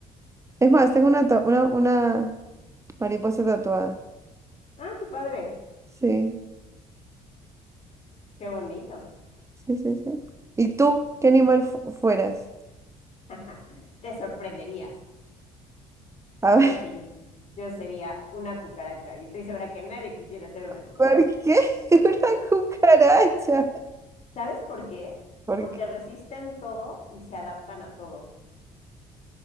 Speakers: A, on the right; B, on the left.
A: Es más, tengo una, ta- una, una mariposa tatuada.
B: Ah, qué padre.
A: Sí,
B: ¡Qué bonito!
A: sí, sí, sí. ¿Y tú qué animal fu- fueras?
B: <laughs> Te sorprenderías
A: A ver,
B: porque yo, yo sería una cucaracha y estoy segura que nadie quisiera ser una
A: <laughs>
B: cucaracha.
A: ¿por qué? <laughs> Una cucaracha.
B: ¿Sabes por qué?
A: ¿Por
B: Porque
A: qué?
B: resisten todo y se adaptan a todo.